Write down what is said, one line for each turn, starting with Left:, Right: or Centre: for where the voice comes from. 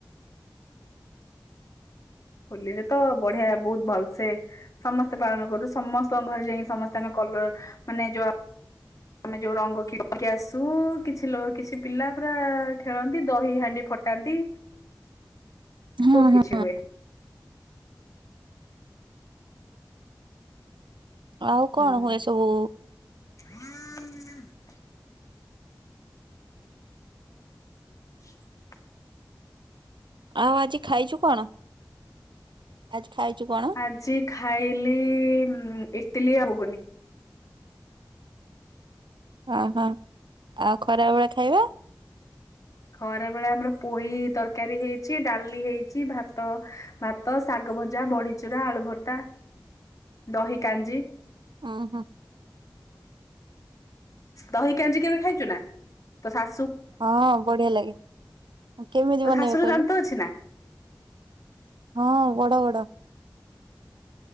Left: ହୋଲିରେ ତ ବଢିଆ ବହୁତ୍ ଭଲସେ ସମସ୍ତେ ପାଳନ କରୁୁ। ସମସ୍ତଙ୍କ ଘରେ ଯାଇକି ସମସ୍ତେ ଆମେ କଲର ମାନେ ଯଉ ଆମେ ଯୋଉ ରଙ୍ଗ କି <unintelligible> କିଣିକି ଆସୁ କିଛି ଲ କିଛି ପିଲା ପୁରା ଖେଳନ୍ତି ଦହି ହାଣ୍ଡି ଫ୍ ଟାନ୍ତି
Right: ହୁଁ
Left: ବହୁତ
Right: ହୁଁ
Left: କିଛି ହୁଏ।
Right: ଆଉ କ'ଣ
Left: ହୁଁ
Right: ହୁଏ ସବୁ?
Left: <unintelligible> <unintelligible>
Right: ଆଉ ଆଜି ଖାଇଛୁ କ'ଣ? ଆଜି ଖାଇଛୁ କଣ
Left: ଆଜି ଖାଇଲି ଇଟିଲି ଆଉ ହୁଗୁନି।
Right: ଓ ହୋ, ଆଉ ଖରା ବେଳେ ଖାଇବା?
Left: ଖରା ବେଳେ ଆମର ପହି ତରକାରୀ ହେଇଛି, ଡାଲି ହେଇଛି, ଭାତ ଭାତ ଶାଗ୍ ଭଜା, ବଡ଼ିଚୁରା, ଆଳୁ ଭର୍ତ୍ତା, ଦହି କାଞ୍ଜି।
Right: ହୁଁ ହୁଁ।
Left: ଦହି କାଞ୍ଜି କେବେ ଖାଇଛ ନା? ତ ସାସ୍
Right: ହଁ, ବଢିଆ ଲାଗେ। କେମିତି
Left: ତୋ
Right: ବନେଇବେ
Left: ଶାଶୁର
Right: କହିଲୁ?
Left: ଦାନ୍ତ ଅଛି ନା
Right: ହଁ, ବଡ ବଡ।